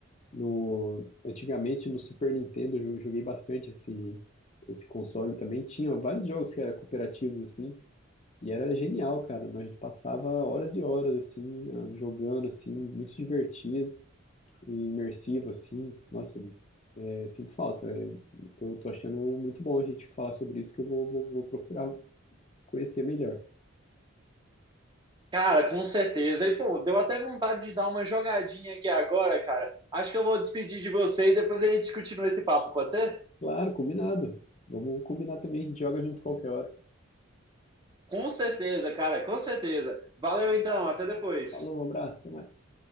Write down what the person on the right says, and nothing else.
Cara, com certeza. E pô, deu até vontade de dar uma jogadinha aqui agora, cara. Acho que eu vou despedir de você e depois a gente continua esse papo, pode ser?
Com certeza, cara, com certeza. Valeu então, até depois.